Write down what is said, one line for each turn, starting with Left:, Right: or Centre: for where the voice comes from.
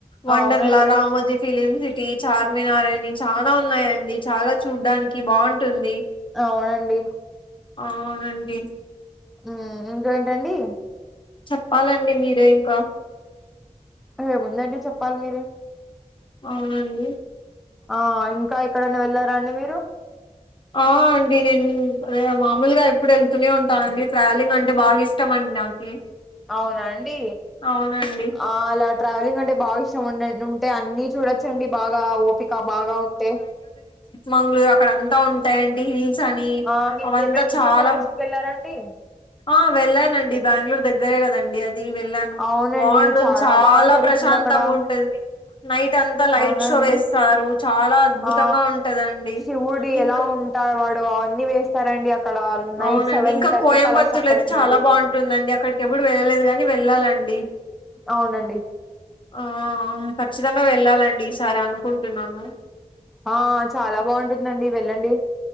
Left: వండర్లా
Centre: అవునండి
Left: రామోజీ ఫిలిమ్ సిటీ చార్మినార్ అని చానా ఉన్నాయంండి చాలా చూడ్డానికి బాగుంటుంది
Centre: అవునండి
Left: అవునండి
Centre: ఉమ్మ్ ఇంకేంటండి
Left: చెప్పాలండి మీరే ఇంకా
Centre: ఏముందండి చెప్పాలి మీరే
Left: అవునండి
Centre: ఆ ఇంకా ఎక్కడన్నా వెళ్లారాండి మీరు
Left: ఆ అండి నేను మామూలుగా ఎప్పుడు ఎళ్తూనే ఉంటానండి ట్రావెలింగ్ అంటే బాగా ఇష్టమం నాకి
Centre: అవునాండి
Left: అవునండి
Centre: ఆ అలా ట్రావెలింగ్ అంటే బాగా ఉండేటు ఉంటే అన్ని చూడొచ్చండి బాగా ఓపిక ఉంటే
Left: మంగళూరు అక్కడ అంతా ఉంటాయండి హిల్స్ అని
Centre: ఆ మీరు
Left: అవంతా
Centre: ఎప్పుడైనా
Left: చాలా
Centre: ఈషా ఫౌండేషన్ కి వెళ్ళారా అండి
Left: ఆ వెళ్ళానండి బెంగళూరు దగ్గరే కదండి. వెళ్ళాను
Centre: అవునండి
Left: బాగుంటుంది. చాలా
Centre: బాగా జరుగుతుంది
Left: ప్రశాంతంగా
Centre: అక్కడ
Left: ఉంటాది. నైట్ అంతా లైట్స్
Centre: అవునండి
Left: వేస్తారు చాలా అద్భుతంగా
Centre: ఆ
Left: ఉంటందండి.
Centre: శివుడు
Left: ఇంకా
Centre: ఎలా ఉంటా వాడు అవన్నీ వేస్తారండి. అక్కడ నైట్
Left: అవునండి
Centre: సెవెన్
Left: ఇంకా
Centre: థర్టీ
Left: కోయంబత్తూర్
Centre: కి అలా స్టార్ట్
Left: లో అయితే
Centre: అవుతుందండి
Left: చాలా బాగుంటుందండి. అక్కడికి ఎప్పుడు వెళ్ళలేదు గాని. వెళ్ళాలండి.
Centre: అవునండి
Left: ఆ ఖచ్చితంగా వెళ్ళాలండి ఈసారి అనుకుంటున్నాను.
Centre: ఆ చాలా బాగుంటుందండి. వెళ్ళండి